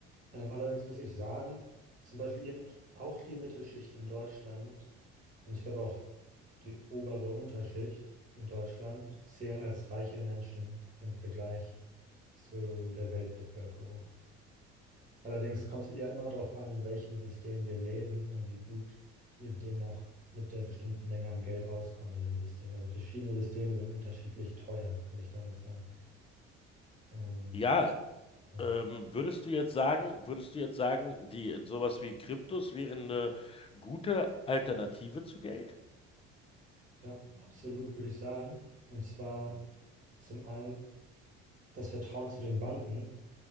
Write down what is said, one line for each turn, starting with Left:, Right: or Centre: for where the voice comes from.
Right: Ähm, allerdings muss ich sagen, zum Beispiel eben auch die Mittelschicht in Deutschland und ich glaube auch die obere Unterschicht in Deutschland zählen als reiche Menschen im Vergleich zu der Weltbevölkerung. Allerdings kommt es ja immer darauf an, in welchem System wir leben und wie gut wir demnach mit der bestimmten Menge an Geld auskommen im System. Also verschiedene Systeme sind unterschiedlich teuer, will ich damit sagen. Ähm,
Left: Ja,
Right: ja.
Left: Ähm, würdest du jetzt sagen, würdest du jetzt sagen, die sowas wie Kryptos wären eine gute Alternative zu Geld?
Right: Ja, absolut, würde ich sagen. Und zwar zum einen das Vertrauen zu den Banken.